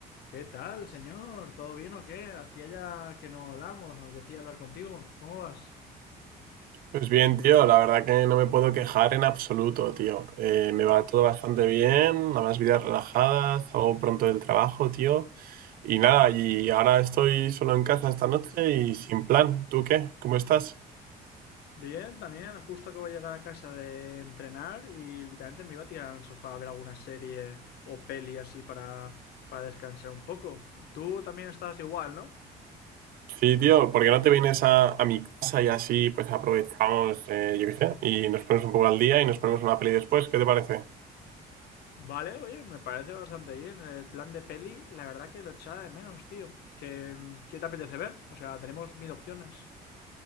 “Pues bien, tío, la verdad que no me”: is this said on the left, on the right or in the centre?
Right